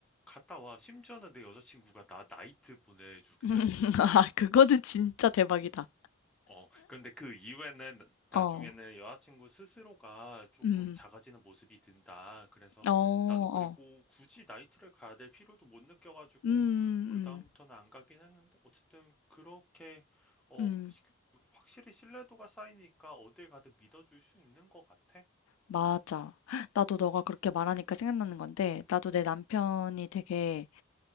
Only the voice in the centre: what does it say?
갔다 와. 심지어는 내 여자친구가 나 나이트 보내주기도
했었어.
어, 그런데 그 이후에는 나- 나중에는
여자친구 스스로가 조금
작아지는 모습이 든다. 그래서
나도 그리고 굳이 나이트를 가야 될 필요도 못 느껴가지고
그다음부터는 안 가긴 했는데 어쨌든 그렇게 어,
시- 확실히 신뢰도가 쌓이니까 어딜 가든 믿어줄 수 있는 것 같아.